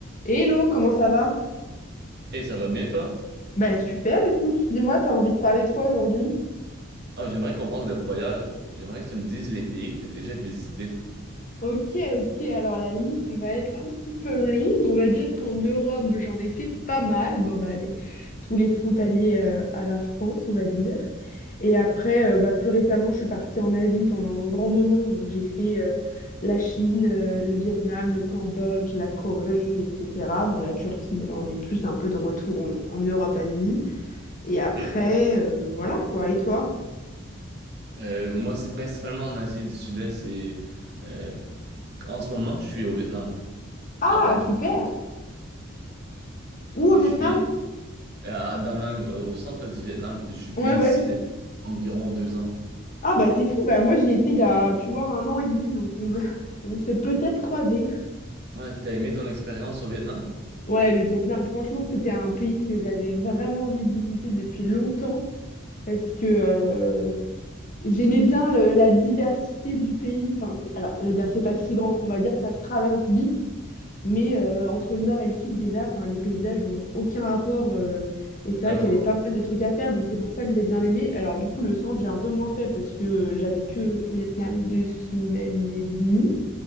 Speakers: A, on the left; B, on the right.
A: Hello, comment ça va?
B: Et ça va bien, toi?
A: Ben super, écoute, dis-moi, t'as envie de parler de quoi aujourd'hui?
B: Ah, j'aimerais qu'on parle de voyage. J'aimerais que tu me dises les pays que tu as déjà visités.
A: Ok, ok, alors la liste va être un petit peu longue. On va dire qu'en Europe, j'en ai fait pas mal. Bon, bah, les- tous les frontaliers euh, à la France, on va dire. Et après, euh, bah, plus récemment, je suis partie en Asie pendant un grand moment. Donc, j'ai fait euh, la Chine, euh, le Vietnam, le Cambodge, la Corée, etc. Bon, la Turquie, là, on est plus un peu de retour en, en Europe-Asie. Et après,
B: Et?
A: euh, voilà quoi. Et toi?
B: Euh, moi, c'est principalement en Asie du Sud-Est et euh, en ce moment, je suis au Vietnam,
A: Ah,
B: à Da Nang.
A: super! Où au
B: Je
A: Vietnam?
B: vis euh, à Da Nang, au, au centre du Vietnam. Je vis
A: Ouais, ouais.
B: ici depuis environ deux ans.
A: Ah bah c'est fou, bah moi j'y étais il y a, tu vois, un an et demi, donc on, <laughs> on s'est peut-être croisés.
B: Ouais, t'as aimé ton expérience au Vietnam?
A: Ouais, le Vietnam, franchement, c'était un pays que j'avais vraiment envie de visiter depuis longtemps, parce que euh, j'aimais bien le- la diversité du pays. Enfin, c'est- alors, je vais dire, c'est pas si grand, on va dire, ça se traverse vite, Mais euh, entre le nord et le sud, déjà, enfin, les paysages n'ont aucun rapport. euh, et c'est
B: Vraiment.
A: vrai qu'il y avait pas mal de trucs à faire, donc c'est pour ça que j'ai bien aimé. Alors, du coup, le centre, j'ai un peu moins fait parce que j'avais que au Vietnam deux semaines et demie.